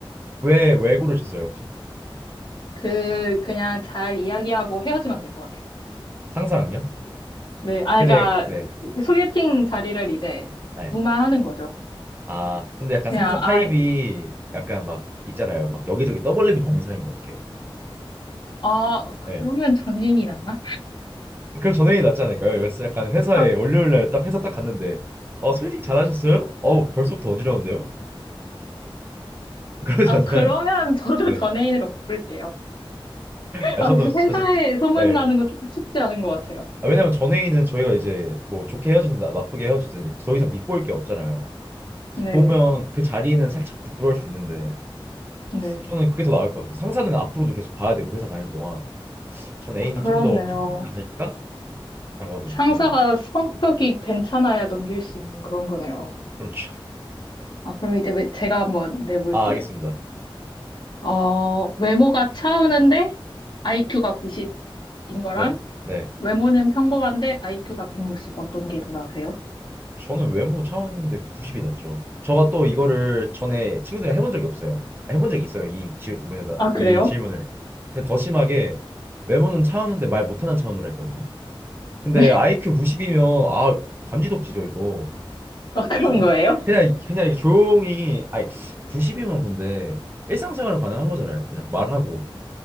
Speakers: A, on the right; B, on the left.
A: 왜, 왜 고르셨어요, 혹시?
B: 그, 그냥 잘 이야기하고 헤어지면 될 것 같아요.
A: 상사랑요?
B: 네, 아,
A: 근데,
B: 그러니까
A: 네.
B: 소개팅 자리를 이제
A: 네.
B: 무마하는 거죠.
A: 아, 근데 약간
B: 그냥,
A: 상사 타입이
B: 아,
A: 약간 막 있잖아요. 막 여기저기 떠벌리고 다니는 사람이면 어떡해요?
B: 아,
A: 네.
B: 그러면 전혜인이 낫나?
A: 그럼 전형이 낫지 않을까요? 그래서 약간 회사에
B: 아,
A: 월요일 날 딱 회사 딱 갔는데, 어, 소개팅 잘하셨어요? 어, 벌써부터 어지러운데요? <laughs> 그러지
B: 아,
A: 않나요?
B: 그러면 저도
A: 네.
B: 전혜인으로 바꿀게요.
A: 아,
B: 아,
A: 저도,
B: 그래서
A: 저,
B: 회사에
A: 저,
B: 소문나는
A: 네.
B: 건 조금 쉽지 않은 것 같아요.
A: 아, 왜냐면 전회의는 저희가 이제 뭐 좋게 헤어지든 나, 나쁘게 헤어지든 더 이상 밑보일 게 없잖아요. 그래서
B: 네,
A: 보면 그 자리는 살짝 부끄러울 수 있는데,
B: 네.
A: 저는 그게 더 나을 것 같아요. 상사는 앞으로도 계속 봐야 되고 회사 다닐 동안 전 애인이
B: 아, 그렇네요.
A: 좀 더 괜찮지 않을까라고 합니다.
B: 상사가
A: 저는
B: 성격이
A: 네.
B: 괜찮아야 넘길 수 있는 그런 거네요.
A: 그렇죠.
B: 아, 그럼 이제 제가 한번 내볼게요.
A: 아 알겠습니다.
B: 어, 외모가 차우는데 IQ가 90인 거랑
A: 네, 네.
B: 외모는 평범한데 IQ가 160 어떤 게 더 나으세요?
A: 저는 외모 차원인데 90이 낫죠. 저가 또 이거를 전에 친구들이랑 해본 적이 없어요. 아, 해본 적이 있어요. 이 지, 뭐냐,
B: 아, 그래요?
A: 이 질문을. 근데 더 심하게 외모는 차우는데 말 못하는 차원으로 했거든요. 근데
B: <laughs>
A: IQ 90이면 아 감지덕지죠 이거.
B: 아, 그런
A: 저
B: 거예요?
A: 그냥 그냥 조용히 아니 90이면 근데 일상생활은 가능한 거잖아요. 그냥 말하고.